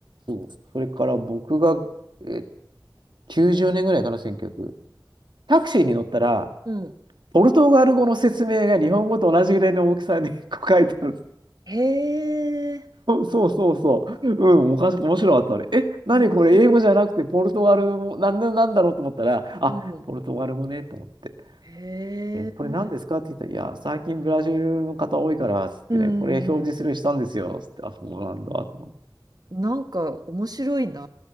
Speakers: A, on the right; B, on the right.
A: そう。それから僕が、え、90年ぐらいかな、1900。タクシーに乗ったら、
B: うん、
A: ポルトガル語の説明が日本語と同じぐらいの大きさに <laughs> 書いてある。
B: へえ。
A: そう <laughs> そうそうそう。うん、おかし、面白かったあれ。え、何これ、
B: 面白い。
A: 英語じゃなくてポルトガル語、なんな、なんだろうと思ったら、あ、
B: うん、
A: ポルトガル語ね、と思って。
B: へえ。
A: え、これ何ですかって言ったら、いや、最近ブラジルの方多いから、つってね、
B: うん。
A: これ表示するようにしたんですよ、
B: うんうん
A: つって、あ、そうなんだ、と思って。
B: なんか面白いな